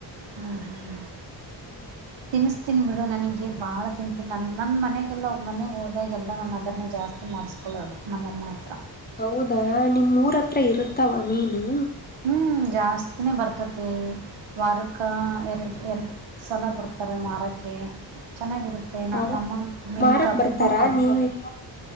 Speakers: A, on the right; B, on the left.
A: ಹ್ಮ್ ಹ್ಮ್
B: ಹ್ಮ್
A: ತಿನ್ನಿಸ್ತೀನಿ ಬಿಡು ನನಗೆ ಭಾಳ ತಿಂತೀನಿ ನನ್ನ ನನ್ನ ಮನೆಗೆಲ್ಲ ಮನೆಗೆ ಹೋದಾಗಲ್ಲ ನಮ್ಮ ಅದರನೇ ಜಾಸ್ತಿ ಮಾಡಿಸ್ಕೊಳ್ಳೋದು ನಮ್ಮಮ್ಮ ಹತ್ರ
B: ಹೌದಾ ನಿಮ್ಮೂರ ಹತ್ರ ಇರುತ್ತಾವ ಮೀನು
A: ಹ್ಮ್ ಜಾಸ್ತಿನೇ ಬರ್ತತಿ ವಾರಕ ಎರಡು ಎರಡು ಸಲ ಬರ್ತಾರೆ ಮಾರೋಕ್ಕೆ ಚೆನ್ನಾಗಿರುತ್ತೆ
B: ಹೌ
A: ನಮ್ಮಮ್ಮಮ್ಮ ಮೀನು
B: ಮಾರಕ್
A: ಕಬಬ್ಬ ಮಾಡ್ತಾರೆ
B: <inaudible>